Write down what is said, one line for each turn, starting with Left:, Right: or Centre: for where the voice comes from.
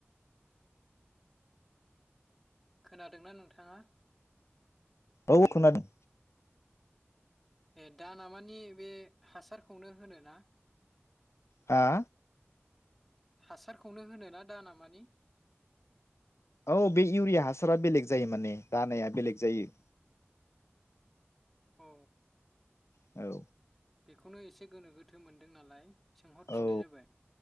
Centre: खोनादोंना नोंथाङा?
Left: औ खोनादों।
Centre: ए दा ना मानि बे हासारखौनो होनो ना।
Left: हा?
Centre: हासारखौनो होनोना दा नामानि?
Left: औ बे इउरिया हासारा बेलेग जायो माने दानाया बेलेग जायो।
Centre: औ।
Left: औ
Centre: बेखौनो एसे गोनो गोथो मोनदों नालाय। सोंहरफिननाय
Left: औ
Centre: जाबाय